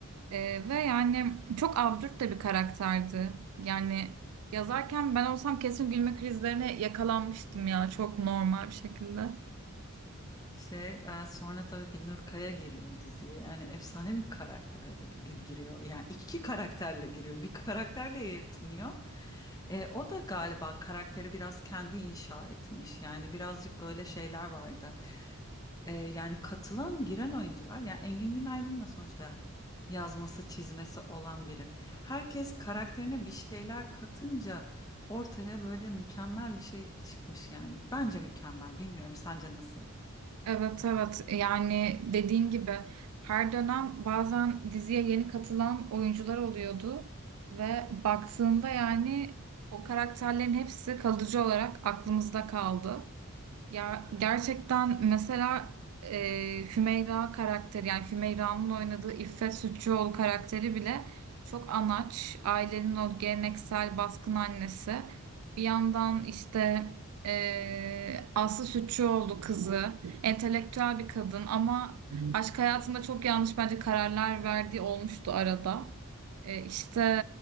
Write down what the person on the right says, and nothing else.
Ee, ve yani çok absürt de bir karakterdi. Yani yazarken ben olsam kesin gülme krizlerine yakalanmıştım ya çok normal bir şekilde.
Evet evet yani dediğin gibi her dönem bazen diziye yeni katılan oyuncular oluyordu ve baktığında yani o karakterlerin hepsi kalıcı olarak aklımızda kaldı. Ya gerçekten mesela e, Hümeyra karakteri yani Hümeyra'nın oynadığı İffet Sütçüoğlu karakteri bile çok anaç. Ailenin o geleneksel baskın annesi. Bir yandan işte e, Aslı Sütçüoğlu kızı entelektüel bir kadın ama aşk hayatında çok yanlış bence kararlar verdiği olmuştu arada. E, işte